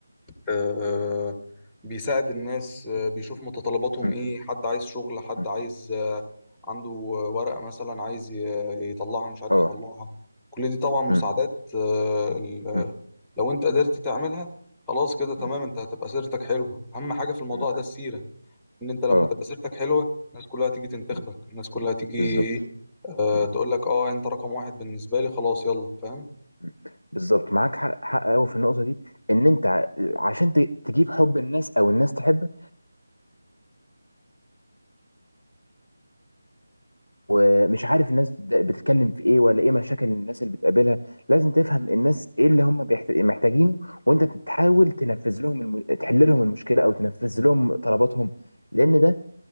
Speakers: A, in the centre; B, on the left.
A: آه، بيساعد الناس آه، بيشوف متطلباتهم
B: مم.
A: ايه حد عايز شغل حد
B: مم.
A: عايز آه، عنده ورقة مثلا عايز ي- يطلعها مش عارف
B: اه
A: يطلعها كل دي طبعا مساعدات
B: مم.
A: آه، ال-
B: مم.
A: لو انت قدرت تعملها خلاص كده تمام
B: مم.
A: انت هتبقى سيرتك حلوة اهم حاجة في الموضوع
B: مم.
A: ده السيرة ان انت لما
B: اه
A: تبقى سيرتك حلوة الناس كلها تيجي تنتخبك
B: مم.
A: الناس كلها تيجي
B: بالظبط
A: ايه آه،
B: مم.
A: تقول لك اه انت رقم واحد بالنسبة لي خلاص يلا فاهم
B: مم. بالظبط معاك حق حق قوي في النقطه دي ان انت ع- عشان ت- تجيب حب الناس او الناس تحبك ومش عارف الناس بت- بتتكلم في ايه ولا ايه مشاكل الناس اللي بتقابلها لازم تفهم الناس ايه اللي هم بيحت- محتاجينه وانت تحاول تنفذ لهم الم... تحل لهم المشكله او تنفذ لهم طلباتهم لان ده